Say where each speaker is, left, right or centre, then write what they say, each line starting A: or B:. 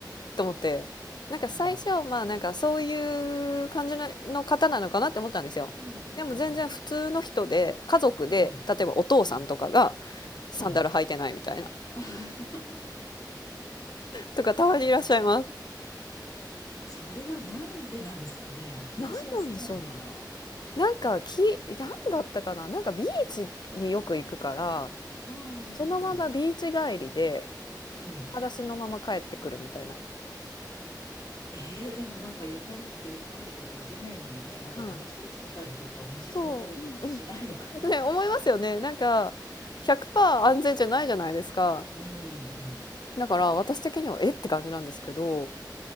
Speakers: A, on the left; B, on the left.
A: と思って、なんか最初、
B: うん。
A: まあなんかそういう感じのの方なのかなって思ったんですよ。
B: うんうんうん。
A: でも全然普通の人で、家族で、
B: うん。
A: 例えばお父さんとかが
B: うん。
A: サンダル履いてないみたいな、
B: はい。<laughs>
A: とかたまにいらっしゃいます。
B: それはなんでなんですかね。裸足が好きなのかな。
A: なんなんでしょうね。なんかき、なんだったかな。なんかビーチによく行くから、
B: うんうんうん。
A: そのままビーチ帰りで、
B: うん。
A: 裸足のまま帰ってくるみたいな。
B: えー、でもなんか床に、床ってこう、こう地面にね、なんかガラス落ちてたりとか、
A: はい。
B: 虫踏んだりとかしないのかな。
A: そう、うんうん。ね、思いますよね。なんか、100%安全じゃないじゃないですか。
B: <laughs> うんうん。
A: だから私的にはえって感じなんですけど、